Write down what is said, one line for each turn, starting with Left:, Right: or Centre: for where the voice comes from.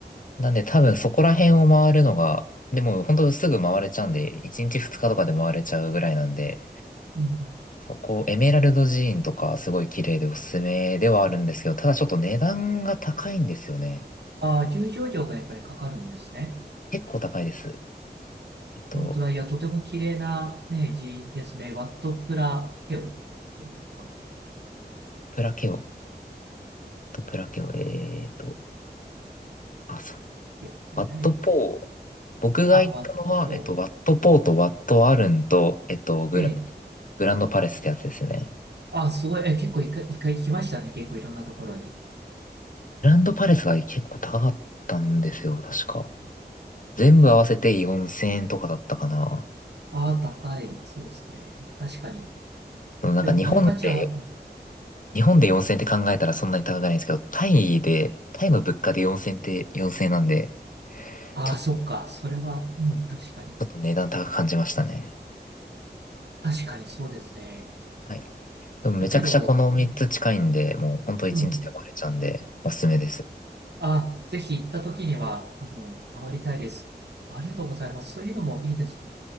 Left: なんで多分そこら辺を回るのが、でも本当すぐ回れちゃうんで、1日2日とかで回れちゃうぐらいなんで、
Right: うん。
Left: そこ、エメラルド寺院とかすごい綺麗でおすすめではあるんですけど、ただちょっと値段が高いんですよね。
Right: ああ、入場料がやっぱりかかるんですね。
Left: 結構高いです。えっと、
Right: 本当だ。いや、とても綺麗なね、寺院ですね。ワット・プラ・ケオっていうんですか。
Left: プラケオ、とプラケオ、えーっと、あ、そう、
Right: ね、ね
Left: ワットポー、僕が行ったのは、
Right: あ、ワット・フォー。
Left: えっと、ワットポーとワットアルンと、えっと、グラ、
Right: ええ。
Left: グランドパレスってやつですね。
Right: あ、すごい。え、結構一回、一回行きましたね。結構いろんなところに。
Left: グランドパレスが結構高かったんですよ、確か。全部合わせて4000円とかだったかな。
Right: ああ、高い。そうですね。確かに。
Left: そのなんか日本で、
Right: でも見る価値は、うん
Left: 日本で4000円って考えたらそんなに高くないんですけど、タイで、タイの物価で4000円って4000円なんで、
Right: ああ、
Left: ちょっと、
Right: そっか。
Left: ち
Right: それは、うん、確かに。
Left: ょっと値段高く感じましたね。
Right: 確かにそうですね。
Left: はい。でもめちゃくちゃこの3つ近いんで、
Right: だけど、うん、
Left: もう本当1日で終われちゃうんで、
Right: うん。
Left: おすすめです。
Right: あ、ぜひ行った時には、あの、回りたいです。ありがとうございます。そういうのもいいですね。